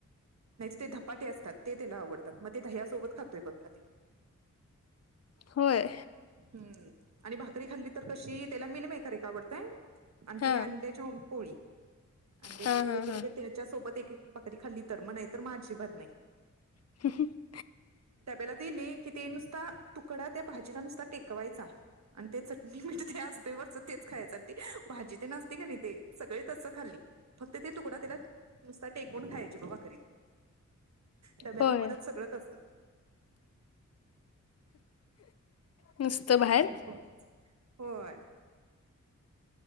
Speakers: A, on the right; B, on the left.
A: नाहीतर ते धपाटे असतात, ते त्याला आवडतात. मग ते दह्यासोबत खातोय बघ ना ते.
B: होय
A: हम्म आणि भाक करी खाल्ली तर कशी त्याला मिलमेकर एक आवडतंय आणि
B: हा
A: ती अंड्याच्या पोळी. अंड्याची
B: हा
A: पोळी
B: हा
A: केली
B: हा
A: तर त्याच्या सोबत एक एक भाकरी खाल्ली तर, मग नाही तर मग अजिबात नाही.
B: <unintelligible>
A: डब्याला दिली, की ते नुसता तुकडा त्या भाजीला नुसता टेकवायचा आणि ते चटणी मीठ ते असते वरचं तेच खाया साठी भाजी तें असते का नाही ते सगळे तसं खाल्ली. फक्त ते तुकडा त्याला नुसता टेकवून खायची बघ भाकरी. डब्यातन
B: होय
A: परत सगळं तसं.
B: नुसतं बाहेर.
A: <unintelligible> होय.